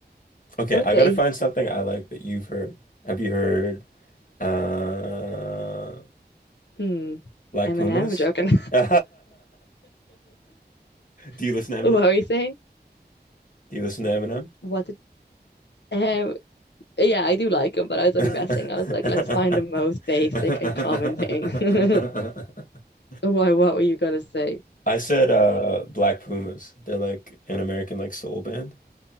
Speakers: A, on the left; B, on the left.
A: Okay,
B: Okay.
A: I gotta find something I like that you've heard. Have you heard uh
B: Hmm.
A: Black
B: Eminem,
A: Pumas?
B: I'm joking.
A: <laughs> Do you listen
B: <laughs> What
A: to Eminem?
B: were you saying?
A: Do you listen to Eminem?
B: What did, um, yeah, I do like him, but I was
A: <laughs>
B: only messing. I was like, let's find the most basic and common thing. <laughs> Why, what were you gonna say?
A: I said uh Black Pumas. They're like an American like soul band.